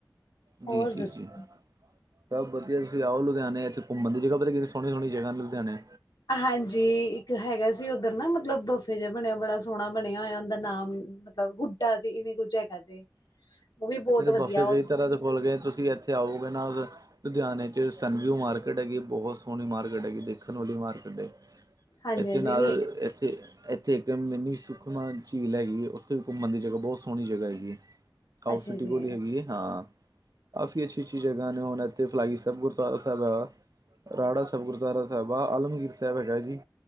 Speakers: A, on the right; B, on the left.
A: ਜੀ-ਜੀ-ਜੀ
B: ਹੋਰ ਦੱਸੋ
A: ਸਭ ਵਧੀਆ। ਤੁਸੀਂ ਆਓ ਲੁਧਿਆਣੇ ਇੱਥੇ ਘੁੰਮਣ ਦੀ ਜਗ੍ਹਾ ਪਤਾ ਕਿ ਸੋਹਣੀ ਸੋਹਣੀ ਜਗਾ ਲੁਧਿਆਣੇ
B: ਹਾਂਜੀ ਇੱਕ ਹੈਗਾ ਸੀ। ਉੱਧਰ ਨਾ ਮਤਲਬ ਬਫੇ ਜਿ ਬਣਿਆ ਬੜਾ ਸੋਹਣਾ ਬਣਿਆ ਹੋਇਆ ਉਹਦਾ ਨਾਮ ਮਤਲਬ ਹੁੱਡਾ ਜੇ ਇਵੇਂ ਕੁੱਝ ਹੈਗਾ ਜੇ। ਉਹ ਵੀ ਬਹੁਤ
A: ਇੱਥੇ ਦੇ
B: ਵਧੀਆ
A: ਬੱਫ਼ੇ ਕਈ ਤਰ੍ਹਾਂ ਦੇ ਖੁੱਲ੍ਹ ਗਏ ਤੁਸੀਂ ਇੱਥੇ ਆਓਗੇ ਨਾ ਲੁਧਿਆਣੇ ਚ ਸਨਵਿਊ ਮਾਰਕੀਟ ਹੈਗੀ। ਬਹੁਤ ਸੋਹਣੀ ਮਾਰਕੀਟ ਹੈਗੀ ਦੇਖਣ ਵਾਲੀ ਮਾਰਕੀਟ ਹੈ।
B: ਹਾਂਜੀ
A: ਇੱਥੇ
B: ਹਾਂਜੀ
A: ਨਾਲ
B: ਨੀ
A: ਇੱਥੇ। ਇੱਥੇ ਇੱਕ ਇੰਨੀ ਸੁਖਮਾ ਝੀਲ ਹੈਗੀ ਹੈ। ਉੱਥੇ ਘੁੰਮਣ ਦੀ ਜਗ੍ਹਾ ਬਹੁਤ ਸੋਹਣੀ ਜਗ੍ਹਾ ਹੈਗੀ ਹੈ। ਕਾਊ
B: ਅੱਛਾ
A: ਸਿਟੀ
B: ਜੀ
A: ਕੋਲਲੀ ਹੈਗੀ ਹੈ। ਹਾਂ ਕਾਫੀ ਅੱਛੀ-ਅੱਛੀ ਜਗ੍ਹਾ ਨੇ ਉਹਨਾਂ ਇਥ ਫਲਾਈ ਸਭ ਗੁਰ ਸਾਹਿਬ ਰਾੜਾ ਸਬ ਗੁਰਦੁਆਰਾ ਸਾਹਿਬ ਆ। ਆਲਮਗੀਰ ਸਾਹਿਬ ਹੈਗਾ ਜੀ।